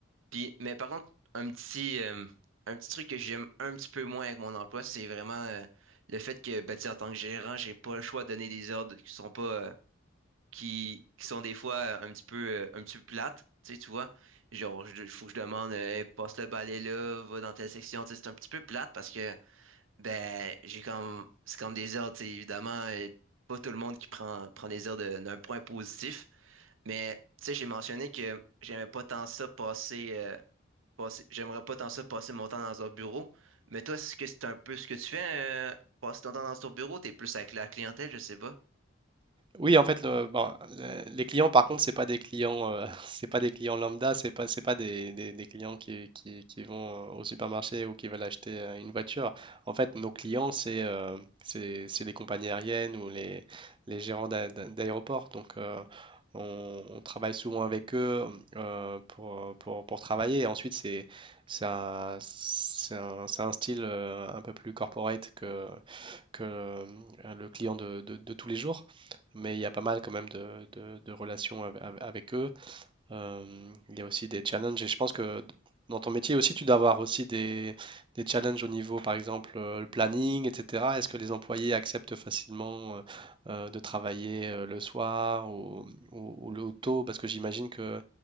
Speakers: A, on the right; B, on the right.
A: Puis, mais par contre, un petit, euh, un petit truc que j'aime un petit peu moins avec mon emploi, c'est vraiment euh, le fait que, bah, tu sais, en tant que gérant, j'ai pas le choix de donner des ordres qui sont pas... euh, qui, qui sont des fois euh, un petit peu, euh, un petit peu plates, tu sais, tu vois. Genre, il faut que je demande, euh, Hey, passe le balai là, va dans telle section, tu sais, c'est un petit peu plate parce que ben, j'ai comme, c'est comme des heures, tu sais, évidemment, euh, pas tout le monde qui prend, prend des heures de- d'un point positif, mais, tu sais, j'ai mentionné que j'aimais pas tant ça passer, euh, passer- j'aimerais pas tant ça passer mon temps dans un bureau, mais toi, est-ce que c'est un peu ce que tu fais, euh, passer ton temps dans ton bureau, t'es plus avec la clientèle, je sais pas.
B: Oui, en fait, le- bon, le- les clients, par contre, c'est pas des clients, euh, <laughs> c'est pas des clients lambda, c'est pas, c'est pas des, des- des clients qui, qui- qui vont au supermarché ou qui veulent acheter euh, une voiture. En fait, nos clients, c'est euh, c'est, c'est les compagnies aériennes ou les, les gérants d'a- d'a- d'aéroports. Donc, euh, on, on travaille souvent avec eux euh, pour, pour, pour travailler. Et ensuite, c'est c'est un, c'est un, c'est un style euh, un peu plus corporate que que euh, le client de, de- de tous les jours, mais il y a pas mal quand même de, de- de relations av- av- avec eux. Euh, il y a aussi des challenges et je pense que dans ton métier aussi, tu dois avoir aussi des, des challenges au niveau, par exemple, euh, le planning, etc. Est-ce que les employés acceptent facilement euh, euh, de travailler euh, le soir ou, ou- ou le ou tôt? Parce que j'imagine que